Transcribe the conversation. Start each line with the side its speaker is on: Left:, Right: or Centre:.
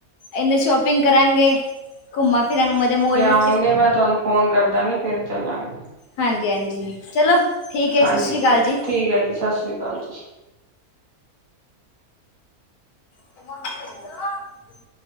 Left: ਏਨੇ ਸ਼ੋਪਿੰਗ ਕਰਾਂਗੇ। ਘੁੰਮਾਂ ਫਿਰਾਂਗੇ ਮਜ਼ੇ ਮੋਜ਼ ਮਸ
Right: ਆਊਂਗੀ ਮੈਂ ਤੁਆਨੂੰ ਫੋਨ ਕਰਦਾਂਗੀ ਫੇਰ ਚੱਲਾਂਗੇ।
Left: ਹਾਂਜੀ-ਹਾਂਜੀ, ਚਲੋ ਠੀਕ ਹੈ
Right: ਹਾਂਜੀ
Left: ਸਤਿ ਸ਼੍ਰੀ ਅਕਾਲ
Right: ਠੀਕ
Left: ਜੀ
Right: ਐ ਜੀ ਸਸ ਰੀ ਕਾਲ ਜੀ।
Left: <inaudible>